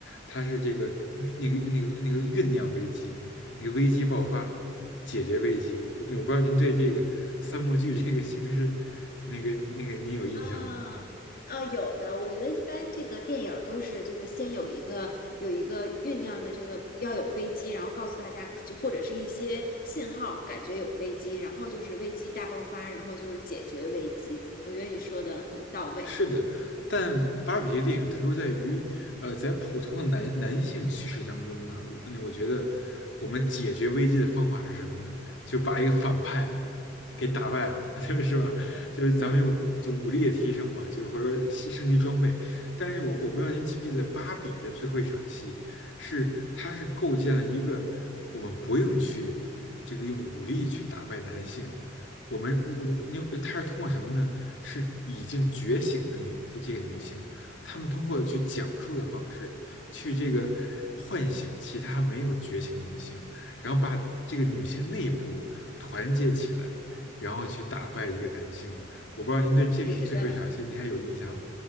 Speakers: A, on the left; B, on the left.
A: 它是这个那个那个那个酝酿危机，那个危机爆发，解决危机。我我不知道您对这个三幕剧这个形式，那个那个您有印象吗？
B: 啊啊，有的，我觉得一般这个电影儿都是就是先有一个有一个酝酿的这个要有危机，然后告诉大家就或者是一些信号，感觉有危机，然后就是危机大爆发，然后就是解决危机。我觉得你说的很到位。
A: 是的，但芭比这个电影特殊在于，呃，在普通的男男性叙事当中呢，我那我觉得我们解决危机的方法是什么呢？就把一个反派给打败了，<laughs> 就是吧？
B: 代表嗯
A: 就是咱们用武就武力的提升嘛，就或者说西升级装备。但是我我不知道您记不记得芭比的最后一场戏，是它是构建了一个我们不用去这个用武力去打败男性，我们我那她是通过什么呢？
B: 嗯，
A: 是已经觉醒的女这这个女性，她们通过去讲述的方式，去这个唤醒其他没有觉醒的女性，然后把这个女性内部团结起来，然后去打败一个男性。我不知道您对这个最后一场戏您还有印象吗？
B: 是的。